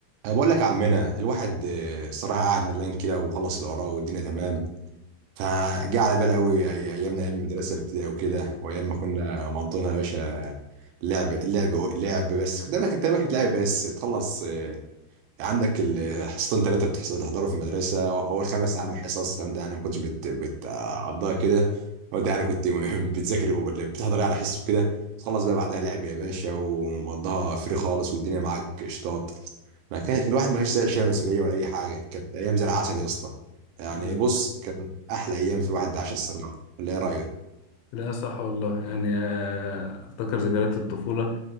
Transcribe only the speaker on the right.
انا بقول لك يا عمنا الواحد آه، الصراحه قاعد ملان كده وخلص اللي وراه والدنيا تمام فجه على باله قوي أي- ايامنا ايام المدرسه الابتدائيه وكده وايام ما كنا مقضينها يا باشا لعب لعب لعب بس كنت دايما كنت دايما كانت لعب بس تخلص آه، عندك الحصتين ثلاثة بتحضروا في المدرسة أول خمس أيام حصص لو أنت يعني ما كنتش بت- بتقضيها كده لو أنت يعني كنت <laughs> بتذاكر ولا بتحضر يعني حصص وكده تخلص بقى بعدها لعب يا باشا ومقضيها فري خالص والدنيا معاك قشطات ما كان الواحد ما كانش شايل مسؤولية ولا أي حاجة كانت أيام زي العسل يا اسطى يعني
بص كان أحلى أيام في الواحد عاشها الصراحة ولا إيه رأيك؟